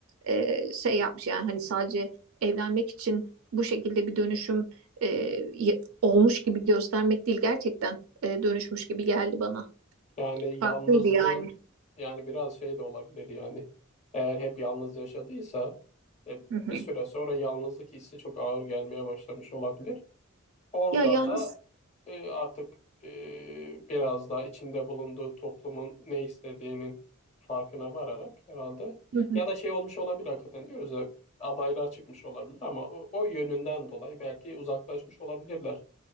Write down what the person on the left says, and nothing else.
Yani yalnızlığın
yani biraz şey de olabilir yani. Eğer hep yalnız yaşadıysa e,
bir süre sonra yalnızlık hissi çok ağır gelmeye başlamış olabilir. Orada
da e, artık e, biraz daha içinde bulunduğu toplumun ne istediğinin farkına vararak herhalde
ya da şey olmuş olabilir hakikaten diyoruz ya adaylar çıkmış olabilir ama o, o yönünden dolayı belki uzaklaşmış olabilirler